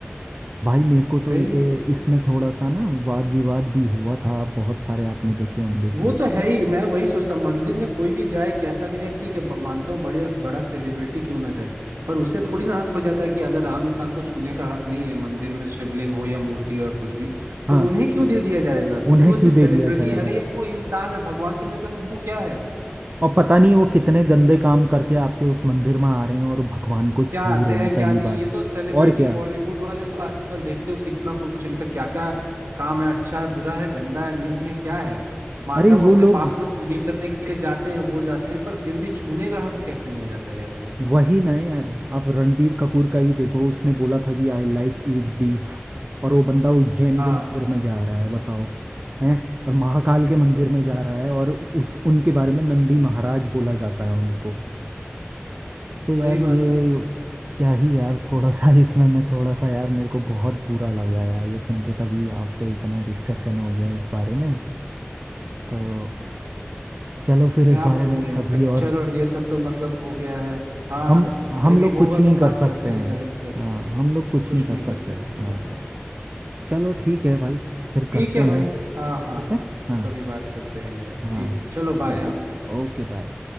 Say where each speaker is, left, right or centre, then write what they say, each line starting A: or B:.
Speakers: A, on the right (about 35°); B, on the right (about 80°).
A: भाई मेरे को
B: सही
A: तो ये इसमें थोड़ा सा ना वाद विवाद भी हुआ था बहुत सारे आपने देखे होंगे
B: वो
A: कि
B: तो है ही मैं वही सोचता हूँ, मंदिर में कोई भी जाए कैसा भी जाए ठीक है ब- मानता हूँ बड़े बड़ा सेलिब्रिटी क्यों ना जाए पर उसे थोड़ी ना हक हो जाता है कि अगर आम इंसान को छूने का हक नहीं है मंदिर में शिवलिंग हो या मूर्ति हो या कुछ भी
A: हाँ
B: तो उन्हें क्यों दे दिया जाएगा क्योंकि
A: उन्हें
B: वो
A: क्यों
B: सिर्फ
A: दे
B: सेलिब्रिटी
A: दिया जाएगा
B: है अरे यार वो इंसान है भगवान की नजर में वो क्या है
A: और पता नहीं वो कितने गंदे काम करके आपके उस मंदिर में आ रहे हैं और भगवान को छू
B: क्या आते
A: रहे हैं
B: हैं क्या
A: पहली
B: नहीं
A: बात
B: ये तो सेलिब्रिटी
A: और क्या
B: बॉलीवुड वाले तो आजकल देखते हो कितना कुछ इनका क्या क्या काम है अच्छा है बुरा है गंदा है नहीं है क्या है मानता
A: अरे
B: हूँ
A: वो
B: अपने
A: लोग
B: पाप को ये करने के लिए जाते हैं वो जाते हैं पर फिर भी छूने का हक कैसे मिल जाता है यार इन्हें
A: वही ना है यार आप रणबीर कपूर का ही देखो उसने बोला था कि आई लाइक ईट बीफ और वो बंदा उज्जैन
B: हाँ
A: के मंदिर में जा रहा है बताओ हैं और महाकाल के मंदिर में जा रहा है और उस उनके बारे में नंदी महाराज बोला जाता है उनको तो यार
B: वही बात
A: ये
B: है
A: क्या ही यार थोड़ा सा <laughs> इसमें मैं थोड़ा सा यार मेरे को बहुत बुरा लगा यार ये सुन के तभी आपसे इतना डिस्कशन हो गया इस बारे में तो चलो फिर
B: क्या
A: इस बारे
B: बोलूं
A: में
B: यार
A: कभी
B: कल्चर
A: और
B: और ये सब तो मतलब हो गया है हाँ
A: हम हम
B: कहीं भी
A: लोग कुछ
B: होगा
A: नहीं
B: तो
A: कर
B: बात
A: सकते
B: करते
A: हैं
B: हैं यार इस पे
A: हाँ हम लोग कुछ
B: कुछ
A: नहीं कर
B: नहीं
A: सकते
B: कर सकते
A: हैं
B: हैं
A: हाँ
B: यार
A: यार चलो ठीक है भाई फिर
B: ठीक
A: करते
B: है भाई
A: हैं
B: हाँ हाँ
A: ठीक है हाँ
B: कभी बात करते हैं यार
A: हाँ
B: ठीक
A: हाँ,
B: है चलो बाय
A: चलो ओके बाय